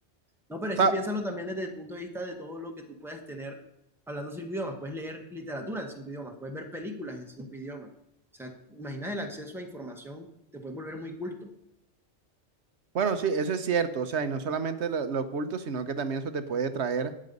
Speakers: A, in the centre; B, on the right (about 70°).
A: No, pero
B: O
A: es
B: sea,
A: que piénsalo también desde el punto de vista de todo lo que tú puedas tener hablando cinco idiomas. Puedes leer literatura en cinco idiomas, puedes ver películas en cinco idiomas. O sea, imagina el acceso a información, te puedes volver muy culto.
B: bueno, sí, eso es cierto, o sea, y no solamente lo, lo oculto, sino que también eso te puede traer,